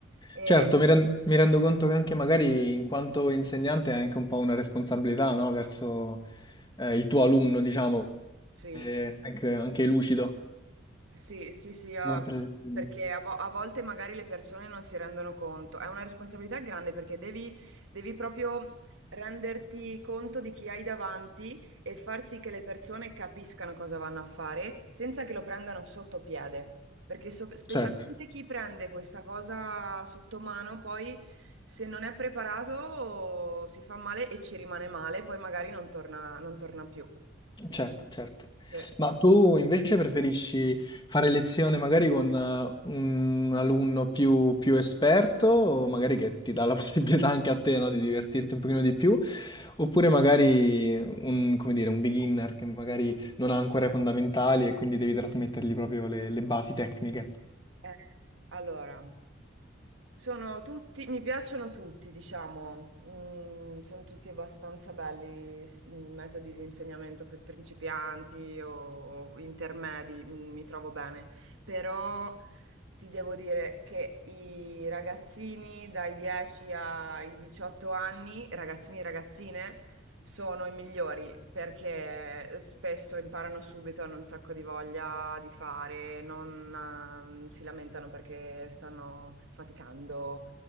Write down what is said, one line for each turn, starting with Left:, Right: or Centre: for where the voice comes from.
Right: E,
Left: Certo, mi, ren- mi rendo conto che anche magari in quanto insegnante hai anche un po' una responsabilità, no? Verso eh, il tuo alunno, diciamo,
Right: sì,
Left: e anche, anche lucido
Right: Sì, sì, sì, ah,
Left: durante le lezioni.
Right: perché a, vo- a volte magari le persone non si rendono conto. È una responsabilità grande perché devi, devi proprio renderti conto di chi hai davanti e far sì che le persone capiscano cosa vanno a fare senza che lo prendano sotto piede. Perché so- specialmente
Left: Certo.
Right: chi prende questa cosa sotto mano, poi se non è preparato si fa male e ci rimane male, poi magari non torna, non torna più.
Left: Certo, certo.
Right: Sì.
Left: Ma tu invece preferisci fare lezione magari con eh, un alunno più, più esperto, o magari che ti dà la <laughs> possibilità anche a te, no, di divertirti un pochino di più, oppure magari un, come dire, un beginner che magari non ha ancora i fondamentali e quindi devi trasmettergli proprio le, le basi tecniche.
Right: Eh, allora. Sono tutti, mi piacciono tutti, diciamo, Mm, sono tutti abbastanza belli, s- metodi di insegnamento per principianti o, o intermedi, mm, mi trovo bene, però ti devo dire che i ragazzini dai 10 ai 18 anni, ragazzini e ragazzine, sono i migliori perché spesso imparano subito, hanno un sacco di voglia di fare, non ehm, si lamentano perché stanno faticando.